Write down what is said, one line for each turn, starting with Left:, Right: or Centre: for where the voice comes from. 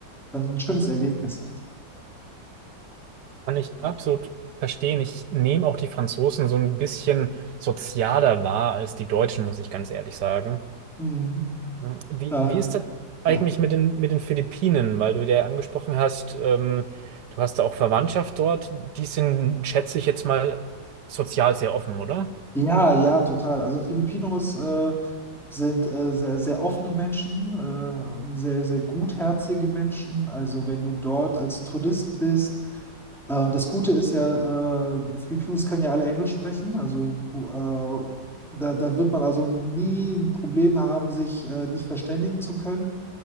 Centre: dann ein schönes Erlebnis halt.
Right: kann ich
Centre: Ja.
Right: absolut verstehen. Ich nehme auch die Franzosen so ein bisschen sozialer wahr als die Deutschen, muss ich ganz ehrlich sagen.
Centre: Mhm.
Right: Hm. Wie,
Centre: Äh,
Right: wie ist das eigentlich
Centre: ja,
Right: mit den, mit den Philippinen? Weil du ja angesprochen hast, ähm, du hast da auch Verwandtschaft dort. Die sind, schätze ich jetzt mal, sozial sehr offen, oder?
Centre: ja, ja, total. Also Filipinos äh, sind äh, sehr, sehr offene Menschen, äh, sehr, sehr gutherzige Menschen. Also wenn du dort als Tourist bist, äh, das Gute ist ja, äh, Filipinos können ja alle Englisch sprechen. Also du, äh, da, da wird man also nie ein Problem haben, sich äh, nicht verständigen zu können.